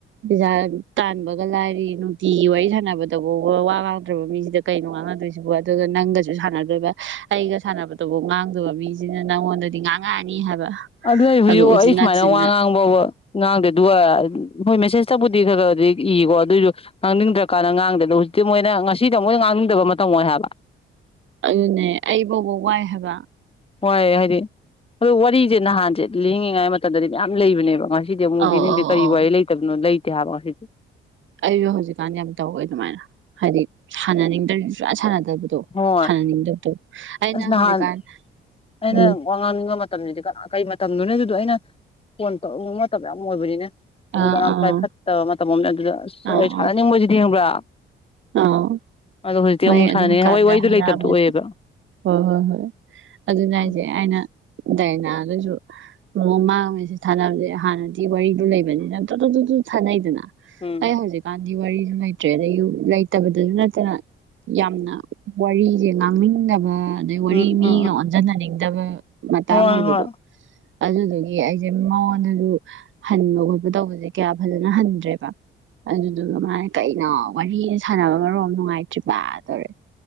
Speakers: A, on the right; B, on the left.
A: ꯄꯩꯁꯥ ꯇꯥꯟꯕꯒ ꯂꯥꯏꯔꯤ ꯅꯨꯡꯇꯤꯒꯤ ꯋꯥꯔꯤ ꯁꯥꯟꯅꯕꯗꯐꯥꯎꯕ ꯋꯥ ꯉꯥꯡꯗ꯭ꯔꯕ ꯃꯤ ꯑꯗꯨꯗ ꯀꯩꯅꯣ ꯉꯥꯡꯅꯗꯣꯏꯁꯤꯕꯣ ꯑꯗꯨꯒ ꯅꯪꯒꯁꯨ ꯁꯥꯟꯅꯗꯣꯏꯕ ꯑꯩꯒ ꯁꯥꯟꯅꯕꯗꯨꯕꯨ ꯉꯥꯡꯗꯕ ꯃꯤꯁꯤꯅ ꯅꯪꯉꯣꯟꯗꯗꯤ ꯉꯥꯡꯉꯛꯑꯅꯤ ꯍꯥꯏꯕ
B: ꯑꯗꯨꯅꯦ ꯍꯧꯖꯤꯛ
A: ꯑꯗꯣ ꯎꯆꯤꯟ
B: ꯑꯩ
A: ꯅꯥꯆꯤꯟꯅ
B: ꯁꯨꯃꯥꯏꯅ ꯋꯥ ꯉꯥꯡꯕ ꯉꯥꯡꯗꯦ ꯑꯗꯨꯒ ꯎ ꯍꯣꯏ ꯃꯦꯁꯦꯖꯇꯕꯨꯗꯤ ꯈꯔꯗꯤ ꯏꯀꯣ ꯑꯗꯣꯏꯁꯨ ꯉꯥꯡꯅꯤꯡꯗ꯭ꯔꯀꯥꯟꯗ ꯉꯥꯡꯗꯦ ꯃꯣꯏꯅ ꯉꯁꯤꯗ ꯃꯣꯏ ꯉꯥꯡꯅꯤꯡꯗꯕ ꯃꯇꯝ ꯑꯣꯏ ꯍꯥꯏꯕ
A: ꯑꯗꯨꯅꯦ ꯑꯩ ꯐꯥꯎꯕ ꯋꯥꯏ ꯍꯥꯏꯕ
B: ꯍꯣꯏ ꯍꯥꯏꯗꯤ ꯑꯗꯣ ꯋꯥꯔꯤꯁꯦ ꯅꯍꯥꯟꯁꯦ ꯂꯤꯅꯤꯡꯉꯤꯉꯥꯏ ꯃꯇꯝꯗꯗꯤ ꯌꯥꯝ ꯂꯩꯕꯅꯦꯕ ꯉꯁꯤ ꯁꯤꯗꯤ ꯑꯃꯨꯨꯛ
A: ꯑꯧ
B: ꯂꯤꯅꯤꯡꯗꯦ
A: ꯑꯧ
B: ꯀꯔꯤ
A: ꯑꯧ
B: ꯋꯥꯔꯤ ꯂꯩꯇꯕꯅꯣ ꯂꯩ ꯇꯦ ꯍꯥꯏꯕ ꯉꯁꯤ
A: ꯑꯩꯁꯨ ꯍꯧꯖꯤꯛꯀꯥꯟꯗꯤ ꯌꯥꯝ ꯇꯧꯋꯦ ꯑꯗꯨꯃꯥꯏꯅ ꯍꯥꯏꯗꯤ ꯁꯥꯟꯅꯅꯤꯡꯗ꯭ꯔꯗꯤ ꯁꯨꯡꯁꯥ ꯁꯥꯟꯅ ꯗꯕꯗꯣ
B: ꯍꯣꯏ
A: ꯁꯥꯟꯅꯅꯤꯡꯗꯕꯗꯣ ꯑꯩꯅ
B: ꯑꯁ ꯅꯍꯥꯟ
A: ꯍꯧꯖꯤꯛꯀꯥꯟ
B: ꯑꯩꯅ
A: ꯎꯝ
B: ꯋꯥ ꯉꯥꯡꯅꯤꯡꯕ ꯃꯇꯝꯗꯗꯤ ꯀꯅꯥꯝ ꯀꯩ ꯃꯇꯝꯗꯅꯣ ꯑꯗꯨꯗꯣ ꯑꯩꯅ ꯐꯣꯟ ꯇꯧꯅꯤꯡꯕ ꯃꯇꯝ ꯌꯥꯝ ꯑꯣꯏꯕꯅꯤꯅꯦ ꯑꯗꯨ
A: ꯑꯥ
B: ꯀꯅꯥꯝ
A: ꯑꯥ
B: ꯄꯥꯏꯈꯠꯇꯕ ꯃꯇꯝ ꯑꯃ ꯑꯗꯨꯗ ꯑꯁ
A: ꯑꯥ
B: ꯑꯩ ꯁꯥꯟꯅꯅꯤꯡꯕꯁꯤꯗꯤ
A: ꯑꯥ
B: ꯈꯪꯕ꯭ꯔꯥ
A: ꯑꯥ
B: ꯑꯗꯣ ꯍꯧꯖꯤꯛꯇꯤ
A: ꯃꯣꯏ
B: ꯑꯃꯨꯛ ꯁꯥꯟꯅꯤꯡꯉꯦ
A: ꯑꯗꯨꯝ ꯀꯥꯟꯗ
B: ꯍꯣꯏ ꯋꯥꯔꯤꯗꯣ
A: ꯍꯥꯏꯔꯛꯑꯕꯗꯤ
B: ꯂꯩꯇꯕꯗꯣ ꯑꯣꯏꯌꯦꯕ
A: ꯍꯣꯏ ꯍꯣꯏ ꯍꯣꯏ ꯑꯗꯨꯅꯦ ꯍꯥꯏꯁꯦ
B: ꯎꯝ
A: ꯑꯩꯅ ꯗꯥꯏꯅꯥ ꯁꯨ ꯃꯃꯥꯒ ꯃꯦꯁꯦꯖ ꯊꯥꯅꯕꯁꯦ ꯍꯥꯟꯅꯗꯤ ꯋꯥꯔꯤꯗꯨ ꯂꯩꯕꯅꯤꯅ ꯇꯣ ꯇꯣ ꯇꯣ ꯊꯥꯅꯩꯗꯅ
B: ꯎꯝ
A: ꯑꯩ ꯍꯧꯖꯤꯛꯀꯥꯟ ꯗꯤ ꯋꯥꯔꯤꯁꯨ ꯂꯩꯇ꯭ꯔꯦ ꯑꯗꯩ ꯂꯩꯇꯕꯗꯁꯨ ꯅꯠꯇꯅ ꯌꯥꯝꯅ ꯋꯥꯔꯤꯁꯦ ꯉꯥꯡꯅꯤꯡꯗꯕ ꯑꯗꯩ ꯋꯥꯔꯤ
B: ꯎꯝ
A: ꯃꯤ
B: ꯎꯝ ꯎꯝ
A: ꯑꯣꯟꯖꯟꯅꯅꯤꯡ ꯗꯒꯨꯝ ꯃꯇꯥꯡ
B: ꯍꯣꯏ
A: ꯑꯣꯏꯕꯗꯣ
B: ꯍꯣꯏ
A: ꯑꯗꯨꯗꯨ ꯑꯩꯁꯦ ꯃꯉꯣꯟꯗꯁꯨ ꯍꯟꯕ ꯈꯣꯠꯄ ꯇꯧꯕꯁꯦ ꯀꯌꯥ ꯐꯖꯅ ꯍꯟꯗ꯭ꯔꯦꯕ ꯑꯗꯨꯗꯨꯒ ꯃꯥꯅ ꯀꯩꯅꯣ ꯋꯥꯔꯤꯅ ꯁꯥꯟꯅꯕꯅ ꯃꯔꯣꯟ ꯑꯝ ꯅꯨꯡꯉꯥꯏꯇ꯭ꯔꯤꯕ ꯇꯧꯔꯛꯑꯦ